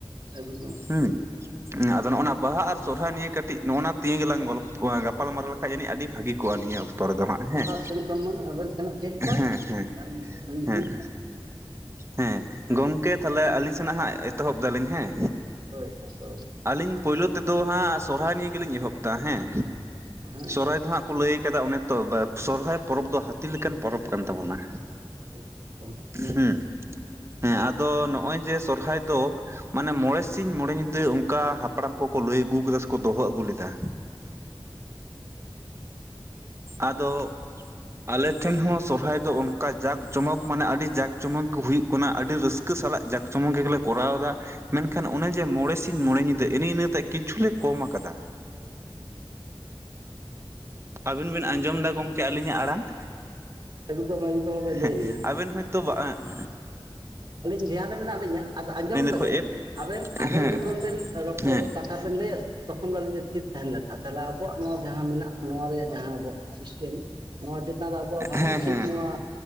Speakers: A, on the right; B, on the right.
A: ᱮᱠᱫᱚᱢ
B: ᱦᱩᱸ? ᱟᱫᱚ ᱱᱚᱜᱼᱚᱭ ᱱᱚᱣᱟ ᱵᱟᱦᱟ ᱟᱨ ᱥᱚᱨᱦᱟᱭ ᱱᱤᱭᱟᱹ ᱠᱟᱹᱴᱤᱡ ᱱᱚᱜᱼᱚᱼᱱᱚᱣᱟ ᱛᱮᱦᱤᱧ ᱜᱮᱞᱟᱝ ᱜᱳᱞᱯᱷ ᱜᱟᱯᱟᱞᱢᱟᱨᱟᱣ ᱞᱮᱠᱷᱟᱡ ᱡᱟᱹᱱᱤᱡ ᱟᱹᱰᱤ ᱵᱷᱟᱹᱜᱤ ᱠᱚᱜ ᱼᱟ ᱱᱤᱭᱟᱹ ᱚᱠᱛᱚ ᱨᱮᱫᱚ ᱦᱟᱸᱜ ᱦᱮᱸ᱾
A: ᱪᱮᱫ ᱞᱮᱠᱟ ᱢᱮᱱᱟᱜᱼᱟ, ᱟᱹᱵᱤᱱ ᱥᱮᱱᱟᱜ ᱪᱮᱫ ᱞᱮᱠᱟ
B: ᱦᱮᱸ ᱦᱮᱸ
A: ᱟᱨ ᱜᱚᱝᱠᱮ ᱟᱹᱞᱤᱧ
B: ᱦᱮᱸ
A: ᱦᱚᱸ
B: ᱦᱮᱸ ᱜᱚᱝᱠᱮ ᱛᱟᱦᱮᱞᱮ ᱟᱹᱞᱤᱧ ᱥᱮᱱᱟᱜ ᱦᱟᱸᱜ ᱮᱛᱚᱦᱚᱵ ᱫᱟ ᱞᱤᱧ ᱦᱮᱸ?
A: ᱦᱳᱭ ᱮᱛᱚᱦᱚ-
B: ᱟᱹᱞᱤᱧ ᱯᱳᱭᱞᱳ ᱛᱮᱫᱚ ᱦᱟᱸᱜ ᱥᱚᱦᱨᱟᱭ ᱱᱤᱭᱮ ᱜᱮᱞᱤᱧ ᱮᱦᱚᱵ ᱮᱫᱟ ᱦᱮᱸ,
A: ᱦᱮᱸ
B: ᱥᱚᱨᱦᱟᱭ ᱫᱚ ᱦᱟᱸᱜ ᱠᱚ ᱞᱟᱹᱭ ᱟᱠᱟᱫᱟ ᱚᱱᱮ ᱛᱚᱻᱵᱼᱯᱮ ᱥᱚᱨᱦᱟᱭ ᱯᱚᱨᱚᱵᱽ ᱫᱚ ᱦᱟᱹᱛᱤ ᱞᱮᱠᱟᱱ ᱯᱚᱨᱚᱵᱽ ᱠᱟᱱ ᱛᱟᱵᱚᱱᱟ,
A: ᱦᱮᱸ ᱜᱚᱝ ᱚᱱᱟ
B: ᱦᱩᱸ
A: ᱜᱮ᱾
B: ᱦᱮᱸ ᱟᱫᱚ ᱱᱚᱜᱼᱚᱭ ᱡᱮ ᱥᱚᱨᱦᱟᱭ ᱫᱚ ᱢᱟᱱᱮ ᱢᱚᱬᱮ ᱥᱤᱧ ᱢᱚᱬᱮ ᱧᱤᱫᱟᱹ ᱚᱸᱠᱟ ᱦᱟᱯᱲᱟᱢ ᱠᱚᱠᱚ ᱞᱟᱹᱭ ᱟᱹᱜᱩ ᱟᱠᱟᱫᱟ ᱥᱮᱠᱚ ᱫᱚᱦᱚ ᱟᱹᱜᱩ ᱞᱮᱫᱟ, ᱟᱫᱚᱜ ᱟᱞᱮ ᱴᱷᱮᱱ ᱦᱚᱸ ᱥᱚᱨᱦᱟᱭ ᱫᱚ ᱚᱱᱠᱟ ᱡᱟᱠ ᱡᱚᱢᱚᱠ ᱢᱟᱱᱮ ᱟᱹᱰᱤ ᱡᱟᱠ ᱡᱚᱢᱚᱠ ᱜᱮ ᱦᱩᱭᱩᱜ ᱠᱟᱱᱟ, ᱟᱹᱰᱤ ᱨᱟᱹᱥ- ᱠᱟᱹ ᱥᱟᱞᱟᱜ ᱡᱟᱠ ᱡᱚᱢᱚᱠ ᱜᱮᱜᱮᱞᱮ ᱠᱚᱨᱟᱣ ᱮᱫᱟ, ᱢᱮᱱᱠᱷᱟᱱ ᱚᱱᱮ ᱡᱮ ᱢᱚᱬᱮ ᱥᱤᱧ ᱢᱚᱬᱮ ᱧᱤᱫᱟᱹ ᱮᱱᱮ ᱤᱱᱟᱹ ᱛᱮᱜ ᱠᱤᱪᱷᱩ ᱞᱮ ᱠᱚᱢ ᱟᱠᱟᱫᱟ᱾ ᱟᱹᱵᱤᱱ ᱵᱤᱱ ᱟᱸᱡᱚᱢ ᱮᱫᱟ ᱜᱚᱝᱠᱮ ᱟᱹᱞᱤᱧᱟᱜ ᱟᱲᱟᱝ?
A: ᱮᱠᱫᱚᱢ <unintelligible>
B: ᱦᱮᱸᱦ
A: ᱵᱤᱱ
B: ᱟᱵᱮᱱ ᱦᱚᱭᱛᱳᱵᱼᱟᱸ, ᱮᱸᱦ
A: ᱟᱹᱞᱤᱧ ᱫᱷᱮᱭᱟᱱ ᱨᱮ ᱢᱮᱱᱟᱜ ᱞᱤᱧᱟᱹ, ᱟᱫᱚ ᱟᱸᱡᱚᱢ ᱮᱫᱟ
B: ᱠᱷᱚᱡ
A: ᱵᱮᱱ
B: ᱮᱠ
A: ᱟᱵᱮᱱ
B: ᱦᱮᱸ
A: ᱟᱵᱮᱱ ᱡᱚᱠᱷᱚᱱ ᱵᱮᱱ ᱨᱚᱯᱚᱨᱚ
B: ᱦᱮᱸ
A: ᱠᱟᱱ- ᱠᱟᱛᱷᱟ ᱵᱮᱱ ᱞᱟᱹᱭᱼᱟ ᱥᱮ ᱛᱚᱠᱷᱚᱱ ᱫᱚ ᱟᱹᱞᱤᱧ ᱫᱚ ᱛᱷᱤᱨ ᱛᱟᱦᱮᱸᱱ ᱞᱟᱜᱟᱜᱼᱟ᱾ ᱛᱟᱦᱮᱞᱮ ᱟᱵᱚᱣᱟᱜ ᱱᱚᱣᱟ ᱡᱟᱦᱟᱸ ᱢᱮᱱᱟᱜᱼᱟ ᱱᱚᱣᱟ ᱨᱮᱭᱟᱜ ᱡᱟᱦᱟᱸ ᱟᱵᱚᱣᱟᱜ ᱥᱤᱥᱴᱮᱢ ᱱᱚᱣᱟ ᱪᱮᱛᱟᱱ ᱨᱮ ᱟᱵᱚᱣᱟᱜ ᱵᱷᱟᱹᱜᱤ
B: ᱦᱮᱸ
A: ᱴᱷᱤᱠ
B: ᱦᱮᱸ ᱦᱮᱸ
A: ᱱᱚᱣᱟ